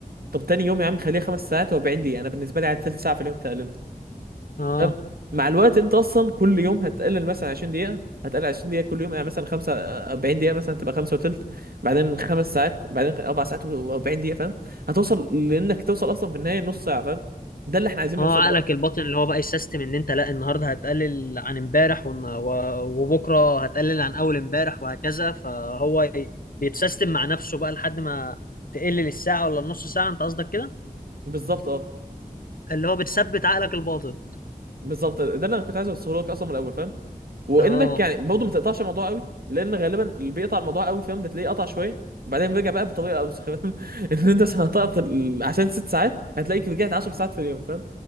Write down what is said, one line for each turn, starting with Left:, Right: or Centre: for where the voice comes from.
Right: طب تاني يوم يا عم خليها خمس ساعات و40 دقيقه انا بالنسبه لي على تلت ساعه في اليوم تقللها
Left: اه
Right: تمام؟ مع الوقت انت اصلا كل يوم هتقلل مثلا 20 دقيقه هتقلل 20 دقيقه كل يوم يعني مثلا 45 دقيقه مثلا تبقى 5 وثلث بعدين خمس ساعات بعدين اربع ساعات و40 دقيقه فاهم هتوصل لانك توصل اصلا في النهايه نص ساعه فاهم ده اللي احنا عايزين
Left: اه
Right: نوصله
Left: عقلك
Right: بقى
Left: الباطن اللي هو بقى السيستم ان انت لا النهارده هتقلل عن امبارح ون- و- وبكره هتقلل عن اول امبارح وهكذا فهو ي- بيتسيستم مع نفسه بقى لحد ما تقلل الساعة ولا النص ساعة انت قصدك كده
Right: بالظبط اه
Left: اللي هو بتثبت عقلك الباطن
Right: بالظبط ده اللي انا كنت عايز اوصله لك اصلا من الاول فاهم وانك
Left: اه
Right: يعني برضه ما تقطعش الموضوع قوي لان غالبا اللي بيقطع الموضوع قوي فاهم بتلاقيه قطع شويه وبعدين بيرجع بقى بطريقه اوسخ فاهم <laughs> ان انت عشان هتقطع عشان ست ساعات هتلاقيك رجعت 10 ساعات في اليوم فاهم